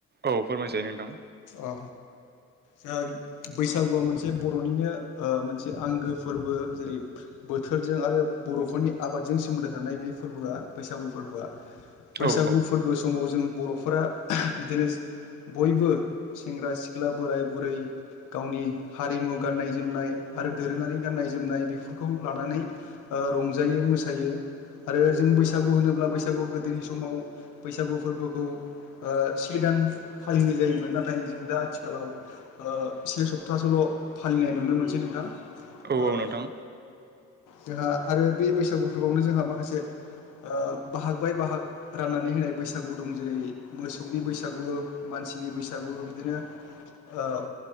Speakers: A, on the right; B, on the left.
A: औ फोरमायजायो नोंथां।
B: अ जोंहा बैसागुआ मोनसे बर'निनो ओ मोनसे आंगो फोरबो जेरै बोथोरजों आरो बर'फोरनि आबादजों सोमोन्दो थानाय बे फोरबोआ बैसागु फोरबोआ बैसागु
A: औ औ
B: फोरबो समाव जों बर'फोरा बिदिनो बयबो सेंग्रा सिख्ला बोराय बुरै गावनि हारिमु गाननाय जोमनाय आरो दोरोङारि गाननाय जोमनाय बेफोरखौ लानानै ओ रंजायो मोसायो। आरो जों बैसागु होनोब्ला बैसागु गोदोनि समाव बैसागु फोरबोखौ ओ से दान फालिनाय जायोमोन नाथाय जों दा आथिखालाव ओ से सप्तासोल' फालिनाय नुनो मोनो सै नोंथां।
A: औ
B: ओ
A: औ नोंथां।
B: जोंहा आरो बे बैसागु फोरबोआवनो जोंहा माखासे ओ बाहाग बाय बाहाग राननानै होनाय बैसागु दं जेरै मोसौनि बैसागु मानसि नि बैसागु बिदिनो ओ